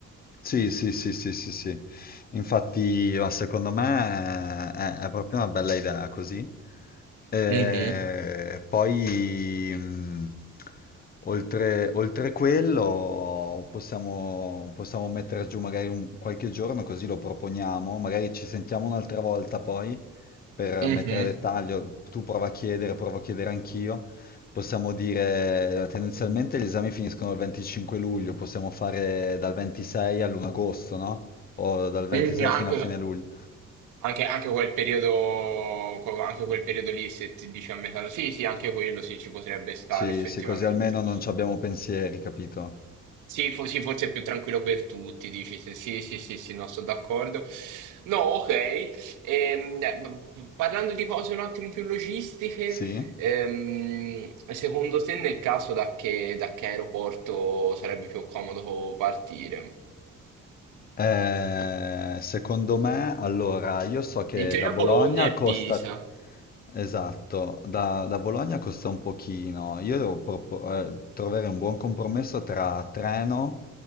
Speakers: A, on the left; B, on the right.
A: Sì, sì, sì, sì, sì, sì. Infatti, ma secondo me è, è proprio una bella idea così. E
B: Mhm,
A: poi, mh, oltre, oltre quello, possiamo, possiamo mettere giù magari un- qualche giorno, così lo proponiamo. Magari ci sentiamo un'altra volta poi per
B: mhm,
A: mettere a dettaglio. Tu prova a chiedere, provo a chiedere anch'io. Possiamo dire, eh, tendenzialmente gli esami finiscono il 25 luglio, possiamo fare dal 26 all'1 agosto, no? O dal 26
B: mhm, Anche,
A: fino a fine luglio.
B: Anche, anche quel periodo, co- anche quel periodo lì, se ti dici a metà, sì, sì, anche quello sì, ci potrebbe stare
A: Sì,
B: effettivamente.
A: sì, così almeno non ci abbiamo pensieri, capito?
B: Sì, fo- sì, forse è più tranquillo per tutti, dici se- sì, sì, sì, sì, no, sono d'accordo. No, ok. Ehm, eh, b- parlando di cose un attimo più logistiche,
A: Sì?
B: ehm, secondo te nel caso da che, da che aeroporto sarebbe più comodo partire?
A: Eh, secondo me, allora, io so che
B: In teoria
A: da Bologna
B: Bologna e
A: costa,
B: Pisa.
A: esatto, da, da Bologna costa un pochino. Io devo propo- eh, trovare un buon compromesso tra treno